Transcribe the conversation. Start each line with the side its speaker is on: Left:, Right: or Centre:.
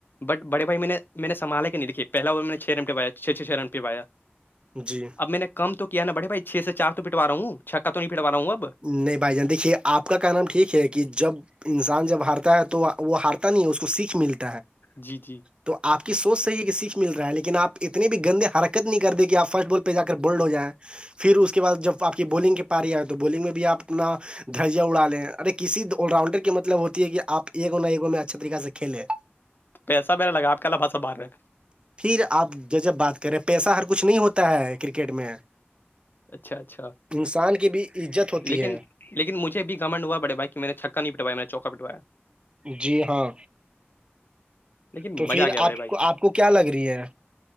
Left: بٹ بڑے بھائی میں نے میں نے سنبالا کہ نہیں دکھے پہلا وہ میں نے چھ رن پہوایا چھ چھ چھ رن پہ پایا
Right: جی
Left: اب میں نے کم تو کیا ن بڑے بائی چھ سے چار تو پٹارا ہوں چھ کا تو نہیں پٹوا راہوں اب
Right: نہیں بھائی جان دیکھیے آپ کا کا نام ٹھیک ہے کہ جب انسان جب ہارتا ہے تو وہ ہارتا نہیں ہے اس کو سیکھ ملتی
Left: جی جی
Right: تو آپ کی سوچ صحی ہے کہ سیکھ مل رہا ہے لیکن آپ ات بھی گندے حرکت نہیں کر دیں کہ آپ فسٹ بال پہ جا کر بولڈ ہو جائیں پھر اس کے بعد جب آپ کی بالنگ کے پاری آئے تو بولنگ میں بھی آپ اپنا درجیہ اڑا لیں ارے کسی آلراؤنڈر کی مطلب ہوتی ہے کہ آ ایک نہ ایک میں اچھا طریے سے کھیلے
Left: پیسا میرا لگ آپ کیا لابا سا بار رہے
Right: پھر آپ جب جب بات کریں پیسہ ہر کچھ نہیں ہوتا ہے کرکٹ میں
Left: اچھا اچھا
Right: انسان کے بھی عزت ہوتی
Left: لیکن
Right: ہے
Left: لیکن مجھے بھی گمنڈ ہوا بڑے بھائی کہ میں نے چکا نہیں پٹوایا میں نے چوکا پٹوایا
Right: جی ہاں
Left: لیکن
Right: تو
Left: مزہ
Right: پھر
Left: آ گیا بڑے
Right: آپ
Left: بھائی
Right: کو آپ کو کیا لگ رہی ہے